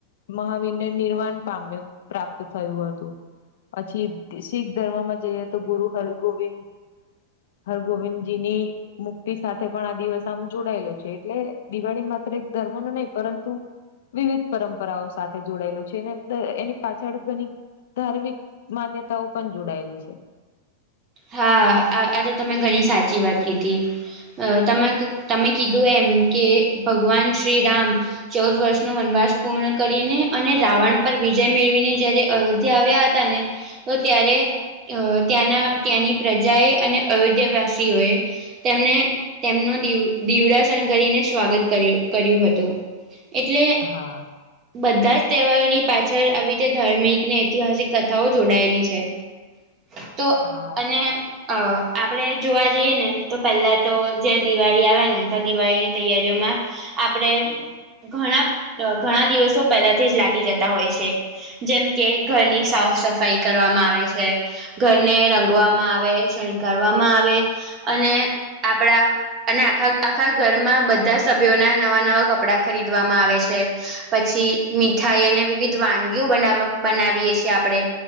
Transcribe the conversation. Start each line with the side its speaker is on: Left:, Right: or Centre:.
Left: મહાવીરને નિર્વાણ પામ્યા પ્રાપ્ત થયું હતું. પછી, શીખ ધર્મમાં જઈએ તો, ગુરુ હરગોવિંદ. હરગોવિંદજી ની મુક્તિ સાથે પણ આ દિવસ આમ જોડાયેલો છે. એટલે, દિવાળી માત્ર એક ધર્મ નું નહીં, પરંતુ. વિવિધ પરંપરાઓ સાથે જોડાયેલ છે ને, એની પાછળ ઘણી. ધાર્મિક માન્યતાઓ પણ જોડાયેલી છે.
Right: હા, આ તો તમે ઘણી સાચી વાત કીધી. તમે તમે કીધું એમ કે, ભગવાન શ્રીરામ. ચૌદ વર્ષનો વનવાસ પૂર્ણ કરીને અને રાવણ પર વિજય મેળવીને, જયારે અયોધ્યા આવ્યા હતા ને. તો ત્યારે, અ ત્યાંના ત્યાંની પ્રજાએ અને અયોધ્યાવાસીઓએ. તેમને તેમનું દી દીવડાસન કરીને સ્વાગત કર્યું કર્યું હતું. એટલે.
Left: હા.
Right: બધા જ તહેવારોની પાછળ આવી રીતે ધાર્મિક ને ઐતિહાસિક કથાઓ જોડાયેલી છે. તો.
Left: હા.
Right: ને, અ આપડે જોવા જઈએ ને, તો પેલા તો જે દિવાળી આવે ને. દિવાળીની તૈયારીઓમાં આપડે. ઘણાપ અ ઘણા દિવસો પેલાથી જ લાગી જતા હોય છે. જેમ કે ઘરની સાફ સફાઈ કરવામાં આવે છે, ઘરને રંગ. વામાં આવે, શણગારવામાં આવે અને આપડા અને આખા આખા ઘરમાં બધા સભ્યોના નવા નવા કપડા ખરીદવામાં આવે છે. પછી મીઠાઈ અને વિવિધ વાનગીઓ બનાવ બનાવીએ છીએ આપડે.